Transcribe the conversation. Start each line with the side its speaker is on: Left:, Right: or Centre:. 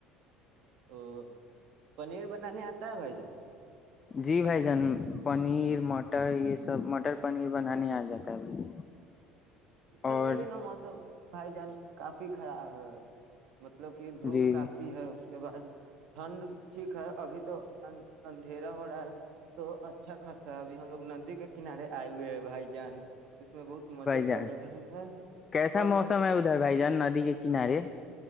Right: او پنیر بنانے آتا ہے بھائی جان
Left: جی بھائی جان پنیر مٹر یہ سب مٹر پنیر بنانے آ جاتا ہے بھائی
Right: ادھر
Left: اور
Right: کا بھی نا موسم بھائی جان کافی خراب ہاں مطلب کہ دھوپ
Left: جی
Right: کافی ہے کے بعد ٹھنڈ ٹھیک ہے ابھی تو اندھیرا ہو رہا ہے تو اچھا خرصہ ہے ابھی ہم لوگ ندی کے کنارے آئے ہوئے ہے بھائی جان اس میں بہت مزے
Left: ج
Right: کر رہے ہیں
Left: کیسا
Right: اور
Left: موسم ہے ادھر بھائی جان ندی کے کنارے